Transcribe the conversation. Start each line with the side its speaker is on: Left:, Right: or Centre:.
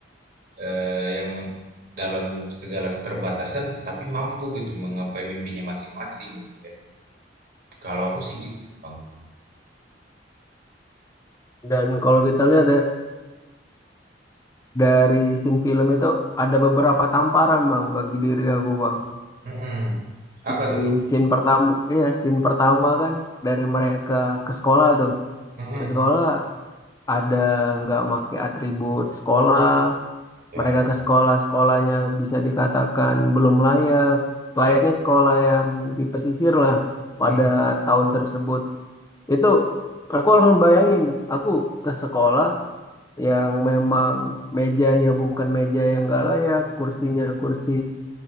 Right: eh, yang dalam segala keterbatasan tapi mampu gitu menggapai mimpinya masing-masing gitu ya. Kalau aku sih gitu sih, Bang.
Left: dan kalau kita lihat ya, dari scene film itu ada beberapa tamparan Bang bagi diri aku Bang.
Right: Mm-mm.
Left: di
Right: Apa tuh?
Left: scene pertama iya scene pertama kan dari mereka ke sekolah tuh
Right: Mm-mm.
Left: ke sekolah ada nggak make atribut sekolah
Right: Ya,
Left: mereka ke sekolah sekolahnya bisa dikatakan belum layak layaknya
Right: ya.
Left: sekolah yang di pesisir lah pada
Right: Mm.
Left: tahun tersebut itu aku harus bayangin aku ke sekolah yang memang mejanya bukan meja yang nggak layak kursinya kursi